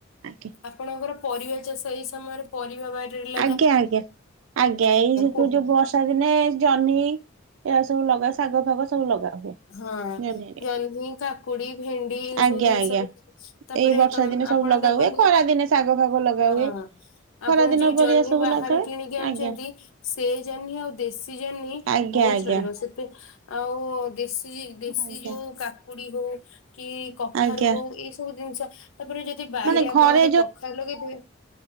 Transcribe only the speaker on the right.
ଆଜ୍ଞା
ଆଜ୍ଞା ଆଜ୍ଞା ଆଜ୍ଞା ଏଇ ଯୋ
ଯୋଉ ବସ୍‌ ବର୍ଷା ଦିନେ ଜହ୍ନି ଏ ସବୁ ଲଗା ଶାଗ ଫାଗ ସବୁ ଲଗା ହୁଏ
ଜହ୍ନି ହେରିକା।
ଆଜ୍ଞା
ଆଜ୍ଞା।
ଏଇ ବର୍ଷା
ଦିନେ ସବୁ
ଲଗା
ହୁଏ ଖରା ଦିନେ ଶାଗ ଫାଗ ଲଗା
ହୁଏ। ଖରା
ଦିନ
ପରିବା
ସବୁ
ଲଗାଏ
ଆଜ୍ଞା
ଆଜ୍ଞା
ଆଜ୍ଞା
ଆଜ୍ଞା।
ଆଜ୍ଞା
ମାନେ ଘରେ